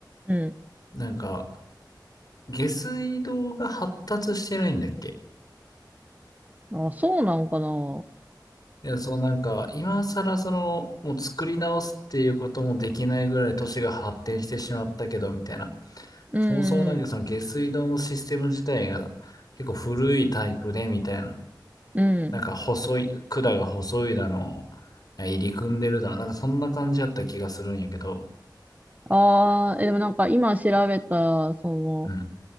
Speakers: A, on the right; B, on the left.
A: うん
B: なんか、下水道が発達してないんだっけ
A: あ、そうなんかな。
B: いや、そうなんか、今更その、もう作り直すっていうこともできないぐらい都市が発展してしまったけど、みたいな。
A: う
B: そもそもなんかその下水道のシステム自体が結構古いタイプで、
A: ん、
B: みたいな。
A: うん。
B: なんか細い、管が細いだの、入り組んでるだの、なんかそんな感じやった気がするんやけど、
A: ああ、え、でもなんか今調べたら、その、
B: うん、うん、